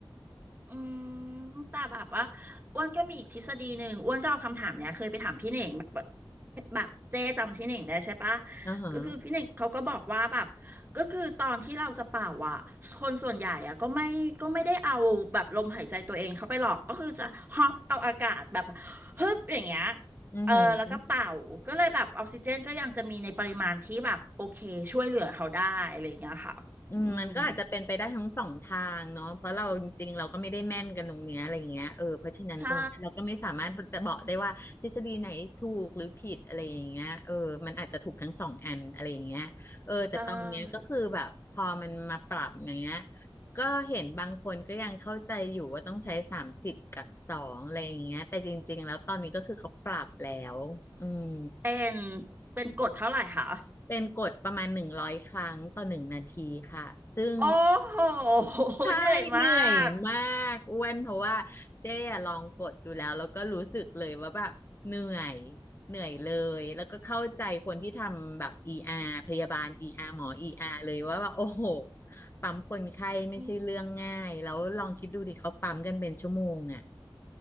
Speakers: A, on the right (about 25°); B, on the left (about 30°).
A: อืมแต่แบบว่าอ้วนก็มีอีกทฤษฎีหนึ่งอ้วนก็เอาคำถามเนี้ยเคยไปถามพี่เหน่งแบบแบบเจ๊จำพี่เหน่งได้ใช่ปะ
B: อือฮะ
A: ก็คือพี่เหน่งเขาก็บอกว่าแบบก็คือตอนที่เราจะเป่าอ่ะคนส่วนใหญ่อ่ะก็ไม่ก็ไม่ได้เอาแบบลมหายใจตัวเองเข้าไปหรอกก็คือจะฮอปเอาอากาศแบบฮึบอย่างเงี้ย
B: ออือหือ
A: เออแล้วก็เป่าก็เลยแบบออกซิเจนก็ยังจะมีในปริมาณที่แบบโอเคช่วยเหลือเขาได้อะไรอย่างเงี้ยค่ะอืม
B: อืมมันก็อาจจะเป็นไปได้ทั้งสองทางเนาะเพราะเราจริงๆเราก็ไม่ได้แม่นกันตรงเนี้ยอะไรเงี้ยเออเพราะฉะนั้นตรงเนี้ยเราก็ไม่สามารถจะบอกได้ว่าทฤษฎีไหนถูกหรือผิดอะไรอย่างเงี้ยเออมันอาจจะถูกทั้งสองอันอะไรอย่างเงี้ยเออแต่ตอนเนี้ยก็คือแบบพอมันมาปรับอย่างเงี้ย
A: ใช่ใช่
B: ก็เห็นบางคนก็ยังเข้าใจอยู่ว่าต้องใช้สามสิบกับสองอะไรอย่างเงี้ยแต่จริงๆแล้วตอนนี้ก็คือเขาปรับแล้วอืม
A: เป็นเป็นกดเท่าไหร่คะ
B: เป็นกฎประมาณหนึ่งร้อยครั้งต่อหนึ่งนาทีค่ะซึ่ง
A: โอ้โห
B: ใช่เหนื่อยมากอ้วนเพราะว่าเจ๊อะลองกดดูแล้วแล้วก็รู้สึกเลยว่าแบบเหนื่อย
A: เหนื่อยมาก
B: เหนื่อยเลยแล้วก็เข้าใจคนที่ทำแบบ ER พยาบาล ER หมอ ER เลยว่าแบบโอ้โหปั๊มคนไข้ไม่ใช่เรื่องง่ายแล้วลองคิดดูดิเขาปั๊มกันเป็นชั่วโมงอ่ะ
A: อืม